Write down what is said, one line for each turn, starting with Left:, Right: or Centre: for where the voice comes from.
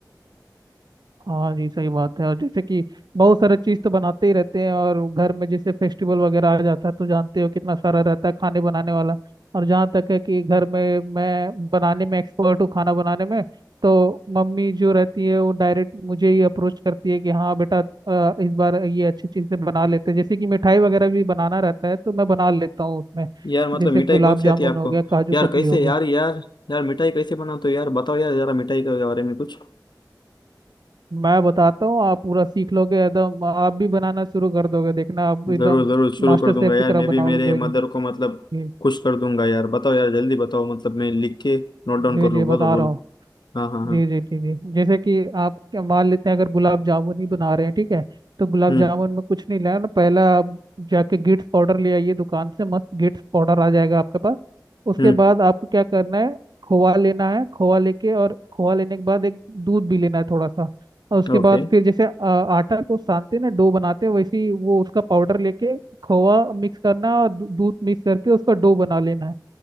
Right: हाँ जी सही बात है और जैसे कि बहुत सारे चीज़ तो बनाते ही रहते हैं और घर में जैसे फेस्टिवल वगैरह आ जाता है तो जानते हो कितना सारा रहता है खाने बनाने वाला और जहाँ तक है कि घर में मैं बनाने में एक्सपर्ट हूँ खाना बनाने में तो मम्मी जो रहती है वो डायरेक्ट मुझे ही अप्रोच करती है कि हाँ बेटा अ, इस बार ये अच्छी चीज़ें बना लेते हैं जैसे कि मिठाई वगैरह भी बनाना रहता है तो मैं बना लेता हूँ उसमें
Left: यार मतलब
Right: जैसे
Left: मिठाई
Right: गुलाब
Left: कौन सी
Right: जामुन
Left: आती है आपको
Right: हो गया काजू
Left: यार
Right: कतली
Left: कैसे
Right: हो गया
Left: यार यार यार मिठाई कैसे बनाते हो यार बताओ यार जरा मिठाई के बारे में कुछ
Right: मैं बताता हूँ आप पूरा सीख लोगे एकदम आप भी बनाना शुरू कर दोगे देखना आप एकदम
Left: जरूर जरूर शुरू
Right: मास्टर
Left: कर
Right: शेफ
Left: दूंगा यार
Right: की तरह
Left: मैं भी
Right: बनाओगे
Left: मेरे
Right: मेरे
Left: मदर
Right: जी
Left: को मतलब
Right: जी
Left: खुश कर दूंगा यार बताओ यार जल्दी बताओ मतलब मैं लिख के नोट डाउन
Right: जी
Left: कर
Right: जी,
Left: लूँ
Right: बता
Left: बोलो बोलो
Right: रहा हूँ
Left: हाँ हाँ हाँ
Right: जी जी जी जी जैसे कि आप क्या मान लेते हैं अगर गुलाब जामुन ही बना रहे हैं ठीक है तो गुलाब
Left: हम्म
Right: जामुन में कुछ नहीं लाना पहला आप जाके गिट्स पाउडर ले आइए दुकान से मस्त गिट्स पाउडर आ जाएगा आपके पास उसके
Left: हम्म
Right: बाद आपको क्या करना है खोआ लेना है खोआ लेके और खोआ लेने के बाद एक दूध भी लेना है थोड़ा सा और उसके
Left: ओके
Right: बाद फिर जैसे आ, आटा को सानते हैं ना डो बनाते हैं वैसे ही वो उसका पाउडर लेके खोआ मिक्स करना है और दू- दूध मिक्स करके उसका डो बना लेना है